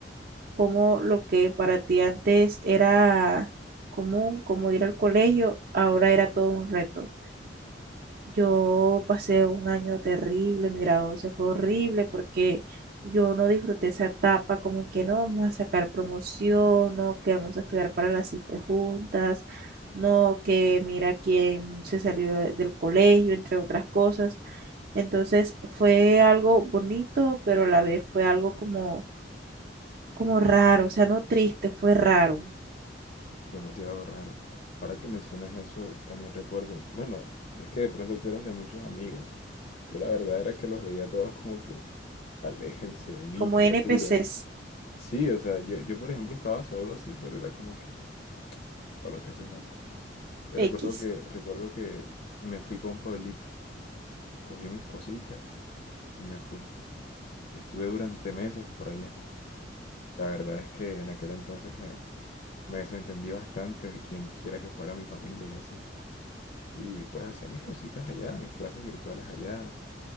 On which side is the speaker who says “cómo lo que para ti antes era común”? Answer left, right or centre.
Right